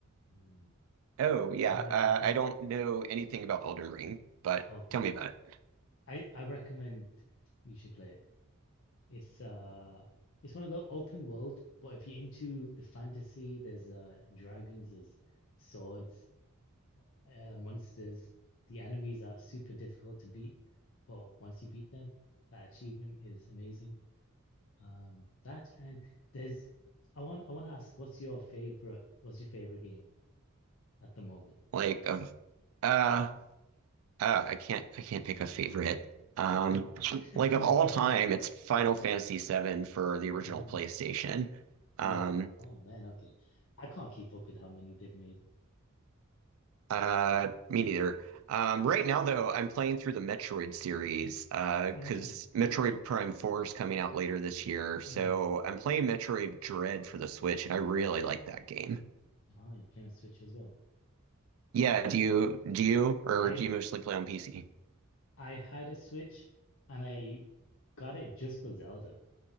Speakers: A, on the left (about 60°); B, on the right (about 75°).
A: Mm.
B: Oh yeah,
A: I don't
B: uh,
A: know if you've played
B: I don't
A: it.
B: know anything about Elden Ring, but
A: Okay.
B: tell me about it.
A: I I recommend you should play it. It's uh it's one of the open world, but if you're into the fantasy, there's uh dragons, there's swords. uh, monsters, the enemies are super difficult to beat, but once you beat them, that achievement is amazing. Um, that and there's, I want I want to ask, what's your favorite? What's your favorite game at the moment?
B: Like of, uh, uh, I can't I can't pick a favorite. Um,
A: <laughs>
B: like of
A: That
B: all
A: the
B: time,
A: anime.
B: it's Final Fantasy VII for the original
A: Ah,
B: PlayStation.
A: yeah.
B: Um,
A: Oh man, okay. I can't keep up with how many they've made.
B: uh, me neither. Um, right now though, I'm playing through the Metroid series, uh, because
A: Mm,
B: Metroid Prime 4 is coming out later this year. So
A: hmm
B: I'm playing Metroid Dread for the Switch, and I really like that game.
A: Ah, you play on Switch as well.
B: Yeah, do you do you or
A: I
B: do you mostly play on PC?
A: I had a Switch and I got it just for Zelda.